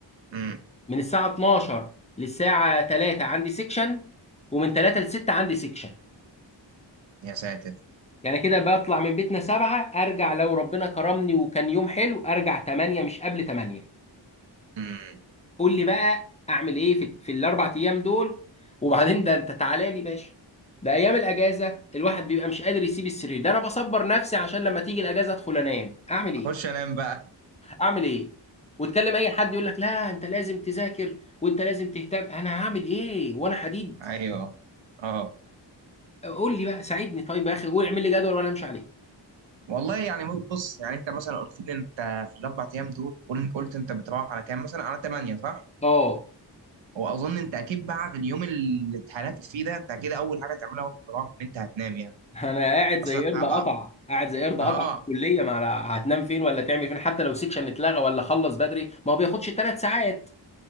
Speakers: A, on the right (about 80°); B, on the left (about 15°).
A: امم
B: من الساعه 12 للساعه 3 عندي سيكشن ومن 3 ل 6 عندي سيكشن
A: يا ساتر
B: يعني كده بطلع من بيتنا 7 ارجع لو ربنا كرمني وكان يوم حلو ارجع 8 مش قبل 8
A: امم
B: قول لي بقى اعمل ايه في, في الاربع ايام دول وبعدين ده انت تعالى لي باشا ده ايام الاجازه الواحد بيبقى مش قادر يسيب السرير ده انا بصبر نفسي عشان لما تيجي الاجازه ادخل انام اعمل ايه
A: اخش انام بقى
B: اعمل ايه وتكلم اي حد يقول لك لا انت لازم تذاكر وانت لازم تهتم انا هعمل ايه وانا حديد
A: <laughs> ايوه اه
B: قول لي بقى ساعدني طيب يا اخي قول اعمل لي جدول وانا امشي عليه
A: والله يعني مو- بص يعني انت مثلا قلت لي انت في الاربع ايام دول قلت قلت انت بتروح على كام مثلا على 8 صح؟
B: اه
A: واظن انت اكيد بعد اليوم اللي اتهلكت فيه ده انت اكيد اول حاجه تعملها وقت الروح ان انت هتنام يعني
B: <laughs> انا قاعد زي
A: اصلا
B: قرد
A: هبقى
B: قطع قاعد زي قرد قطع
A: اه
B: في الكليه ما أنا هتنام فين ولا تعمل فين حتى لو سيكشن اتلغى ولا خلص بدري ما هو بياخدش ثلاث ساعات